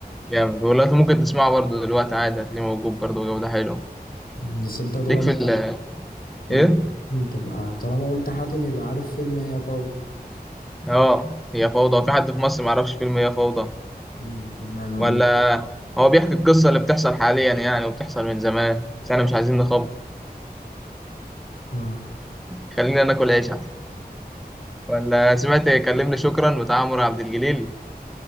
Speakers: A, in the centre; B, on the left.
A: جامد والله ممكن تسمعه برضه دلوقتي عادي هتلاقيه موجود برضه جودة حلوة
B: بس أنت طالما
A: ليك في ال
B: قلت
A: ايه؟
B: تبقى طالما قلت حاتم يبقى عارف فيلم هي فوضى
A: اه هي فوضى في حد في مصر معرفش فيلم هي فوضى
B: مم، فيلم حلو
A: ولا
B: أوي.
A: هو بيحكي القصة اللي بتحصل حاليا يعني وبتحصل من زمان بس احنا مش عايزين نخبط
B: اه <laughs>
A: خلينا ناكل عيش احسن ولا سمعت كلمني شكرا بتاع عمرو عبد الجليل